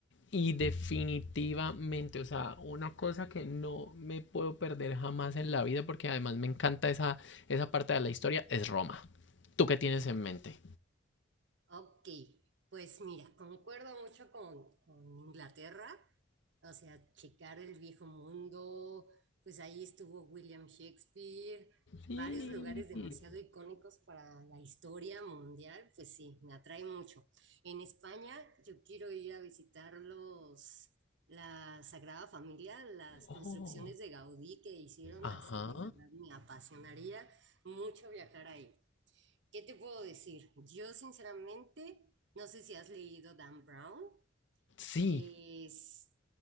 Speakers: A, on the left; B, on the right.
A: Y definitivamente, o sea, una cosa que no me puedo perder jamás en la vida, porque además me encanta esa, esa parte de la historia, es Roma. ¿Tú qué tienes en mente?
B: Ok, pues mira, concuerdo mucho con, con Inglaterra, o sea, checar el viejo mundo, pues ahí estuvo William Shakespeare,
A: Sí.
B: varios lugares demasiado icónicos para la historia mundial, pues sí, me atrae mucho. En España yo quiero ir a visitar los, la Sagrada Familia, las
A: Oh,
B: construcciones de Gaudí que hicieron,
A: ajá.
B: así de verdad me apasionaría mucho viajar ahí. ¿Qué te puedo decir? Yo sinceramente no sé si has leído Dan Brown
A: Sí,
B: es